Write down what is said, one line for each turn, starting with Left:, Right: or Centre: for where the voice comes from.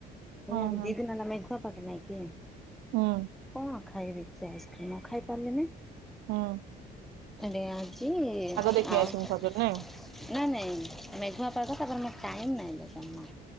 Right: ହଁ
Centre: ହେ
Right: ହଁ
Centre: ଦିଦିନ ନ ମେଘୁ ପାଗ ନାଇକି।
Right: ହୁଁ
Centre: କଣ ଖାଇବେ ସେ ଆଇସ୍କ୍ରିମ୍ ନ ଖାଇ ପାରିଲେ ନାଇଁ।
Right: ହଁ।
Centre: ହେଲେ ଆଜି
Right: ଦେଖି
Centre: ଆଉ
Right: ଆସିବୁ
Centre: <unintelligible>
Right: ଖଜର ନାଇଁ
Centre: ନା ନାଇଁ ମେଘୁଆ ପାଗଟା ତାପରେ ମୋର ଟାଇମ୍ ନାହିଁ ଲୋ ଜମା